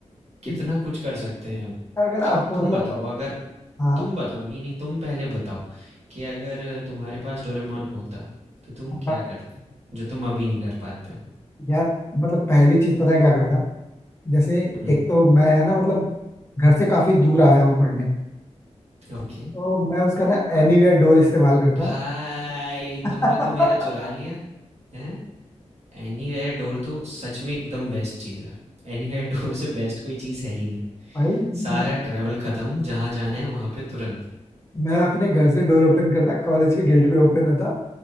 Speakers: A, on the right; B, on the left.
A: कितना
B: इसका
A: कुछ कर सकते हैं हम।
B: अगर आपको
A: तुम
B: मतलब
A: बताओ अगर
B: हाँ
A: तुम बताओ नहीं, नहीं तुम पहले बताओ कि अगर तुम्हारे पास डोरेमोन होता, तो तुम क्या
B: प-
A: करते? जो तुम अभी नहीं कर पाते हो?
B: यार मतलब पहली चीज पता है क्या करता जैसे
A: हुँ,
B: एक तो मैं है ना मतलब घर से काफी दूर आया हूँ पढ़ने
A: ओके।
B: तो मैं उसका ना एनीवेयर डोर इस्तेमाल करता
A: भाई
B: <laughs>
A: तुमने तो मेरा चुरा लिया, हैं? एनीवेयर डोर तो सच में एकदम बेस्ट चीज़ है एनीवेयर डोर से बेस्ट कोई चीज़ है ही नहीं
B: भाई
A: सारा
B: मैं
A: ट्रैवल ख़त्म जहाँ जाना है वहाँ पे तुरंत
B: मैं अपने घर से डोर ओपन करता कॉलेज के गेट पे ओपन होता